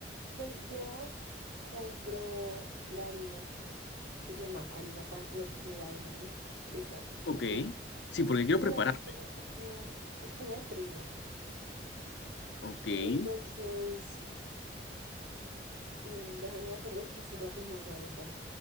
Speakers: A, on the right (about 70°); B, on the left (about 80°).
A: pues yo compro la harina, que se llama harina pan. No sé si allá vendan es- esa
B: Ok.
A: harina.
B: Sí, porque quiero
A: Pero
B: preparar.
A: es, es como, es como de trigo.
B: Ok,
A: Entonces
B: <laughs>
A: Mm, Déjame, me acuerdo que hace rato me hago arepas,